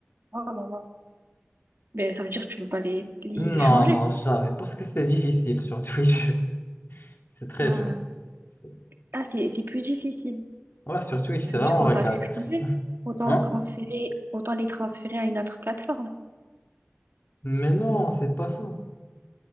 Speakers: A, on the right; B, on the left.
A: Oh là là. Ben, ça veut dire que tu veux pas les, les,
B: Non,
A: les changer,
B: non,
A: quoi.
B: jamais. Parce que c'est difficile sur Twitch. <laughs> C'est très
A: Ah,
B: dur. C'est-
A: Ah, c'est, c'est plus difficile.
B: Ouais, sur Twitch, c'est
A: Ça veut
B: vraiment
A: dire autant
B: la galère.
A: les changer, autant
B: Hein?
A: transférer, autant les transférer à une autre plateforme.
B: Mais non, c'est pas ça.